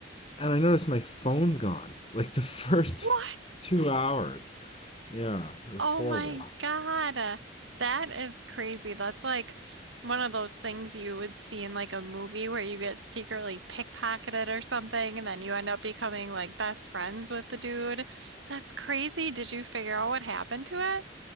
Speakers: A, on the left; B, on the right.
A: and I notice my phone's gone. Like the first
B: What?
A: <laughs> two hours. Yeah, it was
B: Oh
A: horrible.
B: my God. That is crazy. That's like one of those things you would see in like a movie where you get secretly pickpocketed or something, and then you end up becoming like best friends with the dude. That's crazy. Did you figure out what happened to it?